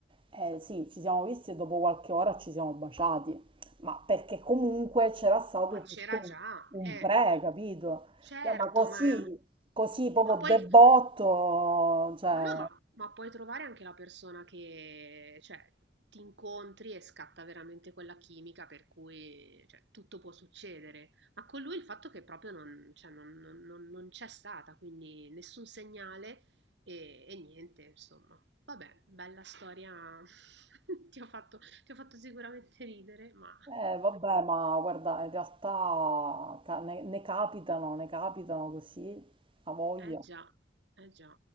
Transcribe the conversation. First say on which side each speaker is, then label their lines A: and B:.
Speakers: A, on the right; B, on the right.
A: eh, sì, ci siamo visti e dopo qualche ora ci siamo baciati, ma perché comunque c'era stato
B: Ma c'era
A: tutto
B: già,
A: un un
B: eh,
A: pre, capito?
B: certo,
A: Cioè, ma così,
B: ma,
A: così proprio
B: ma poi
A: debotto, cioè,
B: Ma no, ma, ma puoi trovare anche la persona che, cioè, ti incontri e scatta veramente quella chimica per cui, cioè, tutto può succedere. Ma con lui il fatto che proprio non, cioè, non- non- non- non c'è stata, quindi nessun segnale e, e niente, insomma. Vabbè, bella storia. <laughs> Ti ho fatto, ti ho fatto sicuramente ridere, ma
A: eh, vabbè, ma guarda, in realtà ca- ne, ne capitano, ne capitano così, a voglia.
B: eh già, eh già.